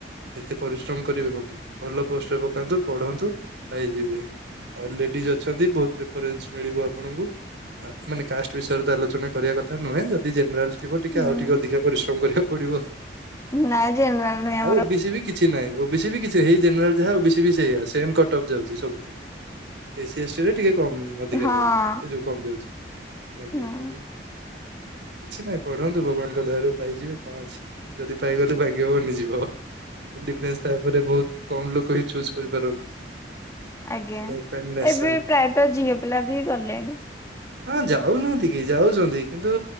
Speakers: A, on the right; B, on the left.
A: ଏତେ ପରିଶ୍ରମ କରିବେ କଣ ପାଇଁ। ଭଲ ପୋଷ୍ଟରେ ପକାନ୍ତୁ ପଢନ୍ତୁ ପାଇଯିବେ। ଆଉ ଲେଡିଜ ଅଛନ୍ତି ବହୁତ ପ୍ରିଫରେନ୍ସ ମିଳିବ ଆପଣଙ୍କୁ। ମାନେ କାଷ୍ଟ ବିଷୟରେ ଆଲୋଚନା କରିବା କଥା ନୁହେଁ ଯଦି ଜେନେରାଲ ଥିବ ଟିକେ
B: ହୁଁ।
A: ଆଉ ଟିକେ ଅଧିକା ପରିଶ୍ରମ କରିବାକୁ ପଡିବ
B: ନା ଜେନେରାଲ ନୁହେଁ
A: ଆଉ
B: ଆମର
A: ଓ ବି ସି ବି କିଛି ନାହିଁ ଓ ବି ସି ବି କିଛି ହେଇ ଜେନେରାଲ ଯାହା ଓ ବି ସି ସେଇ କଟ୍ ଅଫ୍ ଯାଉଛି ସବୁଥିରେ ଏ ସ ଏସ ଟିରେ ଟିକେ କ ଅଧିକା
B: ହଁ
A: ଯାଉଛି ଏ ଯୋଉ କମ ଯାଉଛି ଆଜ୍ଞା
B: ହଁ
A: ଆଜ୍ଞା। ନାଇଁ ପଢନ୍ତୁ ଭଗବାନଙ୍କ ଦୟାରୁ ପାଇଯିବେ କଣ ଅଛି। ଯଦି ପାଇଗଲେ ଭାଗ ବନିଯିବ ଡିଫେନ୍ସ ତାପରେ ବହୁତ କମ୍ ଲୋକ ହିଁ ଚୁଜ୍ କରିପାରନ୍ତି।
B: ଆଜ୍ଞା
A: ଲାଇଫ ଆଣ୍ଡ ନେସନ
B: ଏବେ ପ୍ରାୟତଃ ଝିଅ ପିଲା ବି ଗଲେଣି।
A: ହଁ ଯାଉନାହାନ୍ତି କି ଯାଉଛନ୍ତି କିନ୍ତୁ